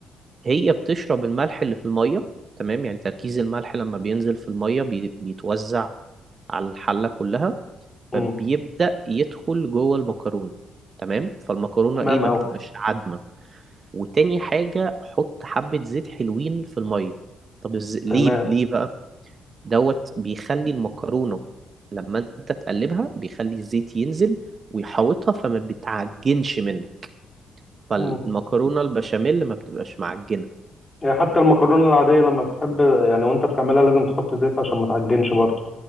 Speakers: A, on the right; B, on the left.
A: هي بتشرب الملح اللي في المية تمام يعني تركيز الملح لما بينزل في المية بي- بيتوزع على الحلة كلها فبيبدأ
B: مم.
A: يدخل جوه المكرونة تمام فالمكرونة
B: تمام
A: ايه ما
B: اوي
A: بتبقاش عدمة وتاني حاجة حط حبة زيت حلوين في المية طب الز... ليه
B: تمام
A: ليه بقى دوت بيخلي المكرونة لما انت تقلبها بيخلي الزيت ينزل ويحوطها فما بتعجنش منك فالمكرونة
B: مم.
A: البشاميل ما بتبقاش معجنة
B: يعني حتى المكرونه العاديه لما بتحب يعني وانت بتعملها لازم تحط زيت عشان ما تعجنش برضه